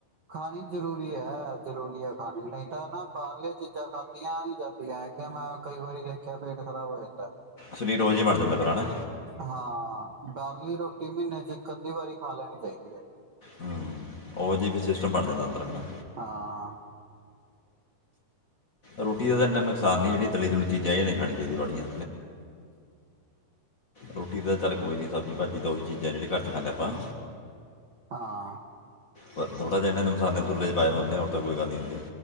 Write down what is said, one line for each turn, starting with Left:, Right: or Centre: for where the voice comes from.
Right: ਖਾਣੀ ਜ਼ਰੂਰੀ ਹੈ। ਹੈ ਜ਼ਰੂਰੀ ਹੈ ਖਾਣੀ। ਨਹੀਂ ਤਾਂ ਨਾ ਬਾਹਰਲੀਆ ਚੀਜ਼ਾਂ ਖਾਦੀਆਂ ਈ ਜਾਂਦੀਆਂ ਹੈਗੀਆਂ। ਮੈਂ ਕਈ ਵਾਰੀ ਕਿਆ ਪੇਟ ਖਰਾਬ ਹੋ ਜਾਂਦਾ।
Left: ਸਰੀਰ ਉਹ ਜਿਹਾ ਹੀ ਬਣ ਜਾਂਦਾ। ਭਰਾ ਨਾ
Right: ਹਾਂ। ਬਾਹਰਲੀ ਰੋਟੀ ਮਹੀਨੇ ਚ ਇੱਕ- ਅੱਧੀ ਵਾਰੀ ਖਾ ਲੈਣੀ ਚਾਹੀਦੀ ਹੈ।
Left: ਹਾਂ, ਓਹੋ ਜਾ ਈ ਫਿਰ ਸਿਸਟਮ ਬਣ ਜਾਂਦਾ ਆਪਣਾ ਹਨਾ।
Right: ਹਾਂ।
Left: ਰੋਟੀ ਦਾ ਤਾਂ ਐਨਾ ਨੁਕਸਾਨ ਨੀ ਜਿਹੜੀ ਤਲੀ ਤੁਲੀ ਚੀਜ਼ਾਂ ਏਹ ਨੀ ਖਾਣੀ ਚਾਹੀਦੀ ਵਾਲੀਆਂ। ਰੋਟੀ ਤਾਂ ਚੱਲ ਕੋਈ ਨੀ ਸਬਜ਼ੀ ਭਾਜੀ ਦੋ ਈ ਚੀਜ਼ਾਂ ਜੇਹੜੀ ਘਰ ਖਾਦੇ ਆਪਾਂ।
Right: ਹਾਂ।
Left: ਪਰ ਥੋੜਾ ਜਾ ਏਨਾਂ ਨੇ ਮਸਾਲੇ ਮਸੂਲੇੇ ਪਾਏ ਹੁੰਦੇ ਆ ਹੋਰ ਤਾਂ ਕੋਈ ਗੱਲ ਨੀ ਹੁੰਦੀ।